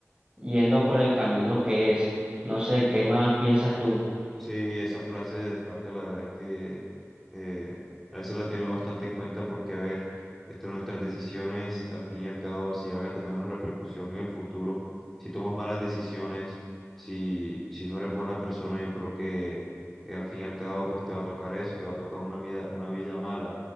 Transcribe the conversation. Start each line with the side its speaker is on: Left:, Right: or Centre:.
Right: yendo por el camino que es. No sé, ¿qué más piensas tú?
Centre: Sí, esa frase de descarte, la verdad es que eh, a veces la he tenido bastante en cuenta porque, a ver, este, nuestras decisiones, al fin y al cabo, si van a tener una repercusión en el futuro, si tomas malas decisiones, si, si no eres buena persona, yo creo que eh, al fin y al cabo, pues te va a tocar eso, te va a tocar una vida, una vida mala.